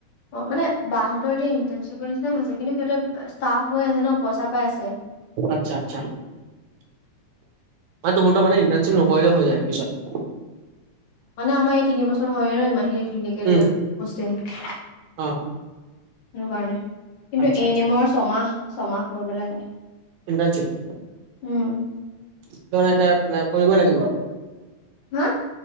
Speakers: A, on the left; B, on the right.
A: অঁ মানে বাহঁতৰ এতিয়া ইণ্টাৰ্ণশ্বিপৰ নিচিনা হৈছে কিন্তু সিহঁতে ষ্টাফ হৈ আছে ন পইচা পাই আছে।
B: আচ্ছা আচ্ছা, মানে তোমত মানে ইণ্টাৰশ্বিপ নকৰিলে হৈ যায় পিছত।
A: মানে আমাৰ এই তিনি বছ তোৰ হয়ে ন ইমান সি ক্লিনিকেল
B: উম,
A: কষ্টিং সেইটো
B: অ',
A: কাৰণে। কিন্তু
B: আচ্ছা
A: এ
B: আচ্ছা
A: এন এমৰ ছমাহ - ছমাহ কৰিব লাগে।
B: ইন্টাৰনশ্বিপ,
A: উম
B: ত মানে তাত আ কৰিবই লাগিব আৰু।
A: হা!